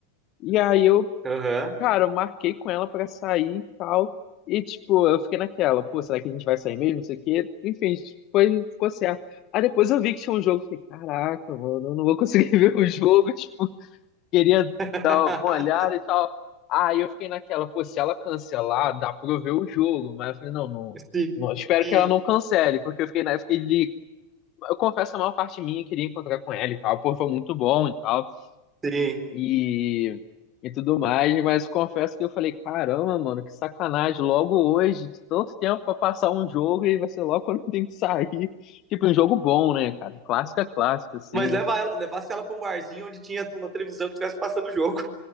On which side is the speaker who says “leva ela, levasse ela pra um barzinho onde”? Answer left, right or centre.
Right